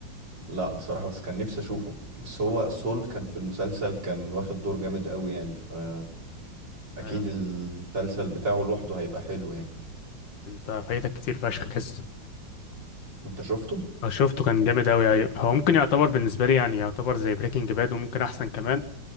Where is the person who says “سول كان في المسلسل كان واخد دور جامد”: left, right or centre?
Right